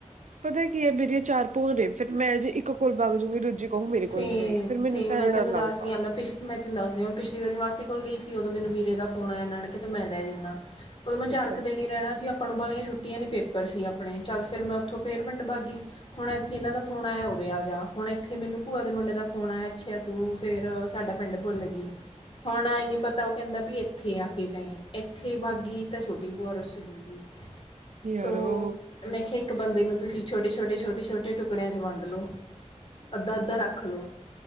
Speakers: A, on the right; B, on the left.
A: ਪਤਾ ਕੀ ਐ ਮੇਰੀਆਂ ਚਾਰ ਭੂਆ ਨੇ ਫੇਰ ਮੈਂ ਜੇ ਇੱਕ ਕੋਲ ਬਗ ਜੂੰਗੀ, ਦੂਜੀ ਕਊਗੀ ਮੇਰੇ
B: ਸੇਮ
A: ਕੋਲ ਨੀ ਆਈ, ਫੇਰ
B: ਸੇਮ
A: ਮੈਨੂੰ ਤਾਂ
B: ਮੈਂ
A: ਐਂ
B: ਤੈਨੂੰ
A: ਡਰ
B: ਦੱਸਦੀ
A: ਲੱਗਦਾ।
B: ਹਾਂ ਮੈਂ ਪਿਛ ਮੈਂ ਤੈਨੂੰ ਦੱਸਦੀ ਆਂ ਮੈਂ ਪਿਛਲੀ ਵਾਰੀ ਮਾਸੀ ਕੋਲ ਗਈ ਸੀ ਓਦੋਂ ਮੈਨੂੰ ਵੀਰੇ ਦਾ ਫੋਨ ਆਏਆ ਨਾਨਕੇਆਂ ਤੋਂ ਕਿਆ ਤੈਨੂੰ ਮੈਂ ਲੈ ਜਾਂਨਾ। ਓਦੋਂ ਮੈਂ
A: ਅੱਛਾ।
B: ਚਾਰ ਕ ਦਿਨ ਈ ਰੈਨਾ ਸੀ ਆਪਾਂ ਨੂੰ ਬਾਲੀਆ ਛੁੱ ਛੁਟੀਆਂ ਨੀ ਪੇਪਰ ਸੀ ਆਪਨੇ'ਚੱਲ ਫ਼ੇਰ ਮੈਂ ਉੱਥੋਂ ਫੇਰ ਪਿੰਡ ਬਾਗੀ, ਹੁਨ ਐਤਕੀ ਏਨਾਂ ਦਾ ਫੋਨ ਆਏਆ ਉਰੇ ਆ ਜਾ ਹੁਨ ਏਥੇ ਮੈਨੂੰ ਭੂਆ ਦੇ ਮੁੰਡੇ ਦਾ ਫੋਨ ਆਏਆ ਅੱਛੇਆ ਤੂੰ ਫੇਰ ਸਾਡਾ ਪਿੰਡ ਭੁੱਲਗੀ। ਹੁਨ ਐਂ ਨੀ ਪਤਾ ਓ ਕੈਂਦਾ ਵੀ ਏਥੇ ਆ ਕੇ ਜਾਈਂ, ਏਥੇ ਬਾਗੀ ਤਾਂ ਛੋਟੀ ਭੂਆ ਰੁੱਸ ਜੂ।
A: ਯਾਰੋ
B: ਸੋ ਮੈਂ ਕਿਆ ਇੱਕ ਬੰਦੇ ਨੂੰ ਤੁਸੀਂ ਛੋਟੇ-ਛੋਟੇ-ਛੋਟੇ-ਛੋਟੇ ਟੁਕੜਿਆਂ ਚ ਵੰਡ ਲੋ, ਅੱਦਾ-ਅੱਦਾ ਰੱਖ ਲੋ।